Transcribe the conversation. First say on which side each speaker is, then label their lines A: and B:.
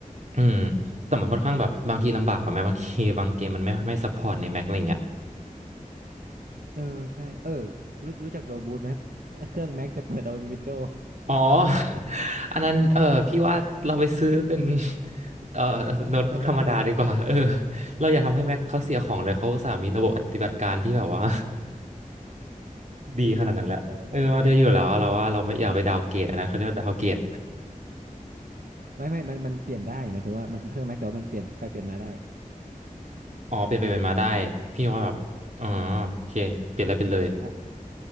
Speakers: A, on the right; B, on the right.
A: อืมแต่มันค่อนข้างแบบบางทีลำบากกว่าไหมบางทีบางเกมมันไม่ไม่ซัพพอร์ตใน Mac อะไรเงี้ย
B: เออใช่เออรู้รู้จักโดบูทไหมครับเครื่องแม็กแต่เปิดเอาเป็นวินโดว์
A: อ๋อ <laughs> อันนั้นเออพี่ว่าเราไปซื้อเป็น <laughs> เอ่อโน้ตบุ๊กธรรมดาดีกว่าเออ
B: <laughs> คอมธรรมดาดีกว่า
A: เราอย่าทำให้แม็กเขาเสียของเลยเขาอุตสาห์มีระบบปฏิบัติการที่แบบว่า <laughs>
B: <laughs>
A: ดีขนาดนั้นแหละเออมาได้อยู่แล้วอะเราว่าเราไม่อยากไปดาวน์เกรดอันนั้นเขาเรียกว่าดาวน์เกรด
B: ดีอยู่แล้วของเขานะไม่ไม่มันมันเปลี่ยนได้หมายถึงว่ามันคือเครื่องแม็กแต่ว่ามันเปลี่ยนไปเปลี่ยนมาได้
A: อ๋อเปลี่ยนไปเป็นมาได้พี่ว่าแบบอ๋อโอเคเปลี่ยนแล้วเป็นเลย
B: อ่ะ